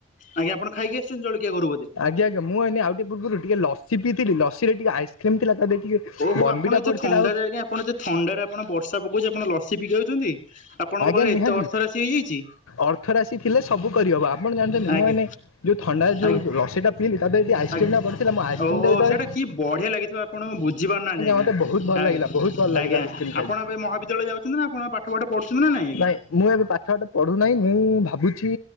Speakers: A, on the left (about 40°); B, on the left (about 75°).
A: ଆଜ୍ଞା ଆପଣ ଖାଇକି ଆସିଛନ୍ତି ଜଳଖିଆ ଘରୁ ବୋଧେ?
B: ଆଜ୍ଞା ଆଜ୍ଞା ମୁଁ ଏଇନି ଆଉଟେ ପୂର୍ବରୁ ଟିକେ ଲସି ପିଇଥିଲି। ଲସିରେ ଟିକେ ଆଇସକ୍ରିମ ଥିଲା। ଦେହରେ ଟିକେ
A: ଓହୋ
B: ବନବିଟା
A: ଆପଣ ଏତେ
B: ପଡିଥିଲା
A: ଥଣ୍ଡାରେ
B: ଆଉ
A: ଆଜ୍ଞା ଆପଣ ଏତେ ଥଣ୍ଡାରେ ଆପଣ ବର୍ଷା ପକାଉଛି ଆପଣ ଲସି ପିିକଉଛନ୍ତି। ଆପଣଙ୍କ
B: ଆଜ୍ଞା
A: ପାଖରେ
B: ନିହାତି
A: ଏତେ ଅର୍ଥ ରାଶି ହେଇଯାଇଛି।
B: ଅର୍ଥ ରାଶି ଥିଲେ ସବୁ କରିହବ ଆପଣ ଜାଣିଛନ୍ତି
A: ଆଜ୍ଞା
B: ମୁଁ ଏଇନେ ଯୋଉ ଥଣ୍ଡା ଯୋଉ
A: ଆଜ୍ଞା
B: ଲସି ଟା ପିଇଲି ତା ଦେହରେ। ଆଇସକ୍ରିମ
A: ଆଜ୍ଞା
B: ଟା ପଡ଼ିଥିଲା ମୁଁ ଆଇସକ୍ରିମ
A: ଓହୋ
B: ଟା ଯେତେବେଳେ
A: ସେଇଟା କି ବଢ଼ିଆ ଲାଗିଥିବ ଆପଣ ବୁଝିପାରୁନାହାନ୍ତି ଆଜ୍ଞା
B: ମତେ ବହୁତ ଭଲ
A: ଆ ଆଜ୍ଞା।
B: ଲାଗିଲା ବହୁତ ଭଲ ଲାଗିଲା
A: ଆଜ୍ଞା
B: ଆଇସ୍କ୍ରିମ୍ ଖାଇକି।
A: ଆପଣ ଏବେ ମହାବିଦ୍ୟାଳୟ ଯାଉଛନ୍ତି ନା ଆପଣ ପାଠପଠ ପଢୁଛନ୍ତି। ନା ଆଜ୍ଞା?
B: ନାଇଁ ମୁଁ ଏବେ ପାଠ ସାଠ ପଢୁନାହିଁ ମୁଁ ଭାବୁଛି